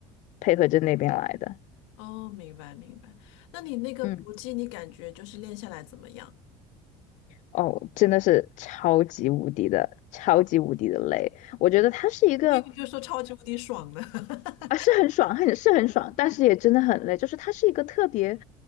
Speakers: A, on the left; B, on the left.
A: 配合着那边来的。
B: 哦，明白明白。那你那个搏击，
A: 嗯。
B: 你感觉就是练下来怎么样？
A: 哦，真的是超级无敌的，超级无敌的累。我觉得它是一个
B: 我以为就说超级无敌爽呢。<laughs>
A: 啊，是很爽，很是很爽，但是也真的很累。就是它是一个特别